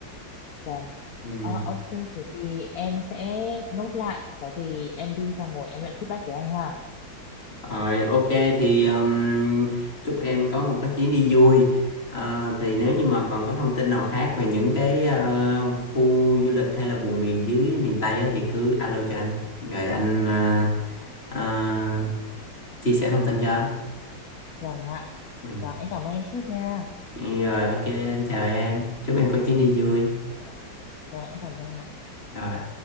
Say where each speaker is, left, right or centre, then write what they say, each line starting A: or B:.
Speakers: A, on the left (about 55°); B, on the left (about 35°).
A: Vâng.
B: Ừ.
A: Ờ, ok, thế thì em sẽ nốt lại. Có gì em đi xong rồi em lại feedback với anh ha.
B: Rồi ok thì um, chúc em có một cái chuyến đi vui. Ờ, thì nếu như mà còn có thông tin nào khác về những cái ờ, khu du lịch hay là vùng miền dưới miền Tây á, thì cứ alo cho anh rồi anh ờ, ờ, chia sẻ thông tin cho.
A: Vâng ạ.
B: Ừ.
A: Vâng, em cảm ơn anh trước nha.
B: Rồi ok anh chào em. Chúc em có chuyến đi vui.
A: Vâng, vâng, em cảm ơn ạ.
B: Rồi.